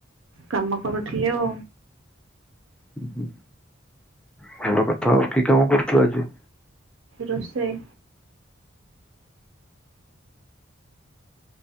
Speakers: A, on the right; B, in the centre.
A: କାମ କରୁଥିଲି ଆଉ।
B: ହୁଁ ହୁଁ। ଭଲ କଥା ଆଉ କି କାମ କରୁଛୁ। ତୁ ଆଜି।
A: ରୋଷେଇ।